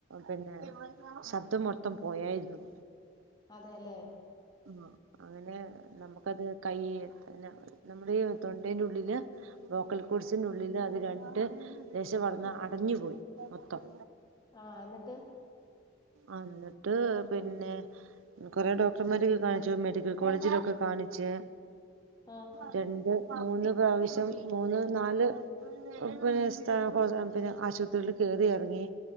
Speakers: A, on the right; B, on the left.
A: പിന്നെ ശബ്ദം മൊത്തം പോയായിരുന്നു
B: അതെല്ലെ
A: ആ അങ്ങനെ നമുക്കത് കൈന്നെ നമ്മളെ ഈ തൊണ്ടേന്റെ ഉള്ളില് ലോക്കൽ കൂഴ്സിനുള്ളില് അത് രണ്ട് ദശ വന്ന് അടഞ്ഞു പോയി മൊത്തം
B: ആഹ് എന്നിട്ട്
A: അഹ് ന്നിട്ട് പിന്നെ കൊറേ ഡോക് <unintelligible> കാണിച്ചു മെഡിക്കൽ കോളേജിലൊക്കെ കാണിച്ച്
B: ആഹ്
A: രണ്ട് മൂന്ന് പ്രാവശ്യം മൂന്ന് നാല് പിന്നെ സ്താ ഹോസ് പിന്നെ ആശുപത്രിയിൽ കേറി എറങ്ങി